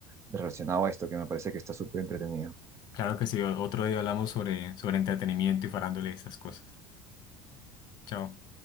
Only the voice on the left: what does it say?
Claro que sí, o- otro día hablamos sobre, sobre entretenimiento y farándole estas cosas. Chao.